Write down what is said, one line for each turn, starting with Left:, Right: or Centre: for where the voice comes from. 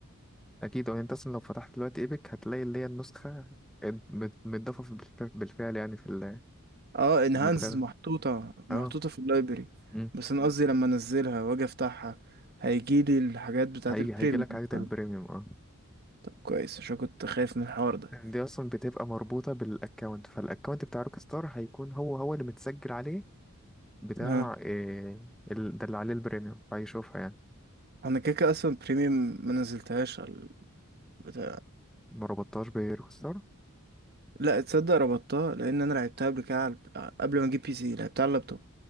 Centre: اكيد اه انت اصلا لو فتحت دلوقتي ايبك هتلاقي اللي هي النسخه مت- متضافه في- بالفعل يعني في ال-
Right: اه انهانس
Centre: في المكتبه
Right: محطوطة محطوطة
Centre: اه
Right: في اللايبرري
Centre: امم
Right: بس انا قصدي لما انزلها واجي افتحها هيجيلي الحاجات بتاعت
Centre: هيجي
Right: البريميوم
Centre: هيجي لك حاجه
Right: فاهم؟
Centre: البريميوم اه
Right: طب كويس عشان كنت خايف من الحوار ده
Centre: دي اصلا بتبقى مربوطه بالاكونت فالاكونت بتاع روك ستار هيكون هو هو اللي متسجل عليه بتاع
Right: ها
Centre: إيه ال- ده اللي عليه البريميوم فهيشوفها يعني
Right: انا كده كده اصلا بريميوم ما نزلتهاش بتاع
Centre: ما ربطتهاش بروك ستار
Right: لا تصدق ربطتها لان انا لعبتها قبل كده على- قبل ما اجيب بي سي لعبتها على اللابتوب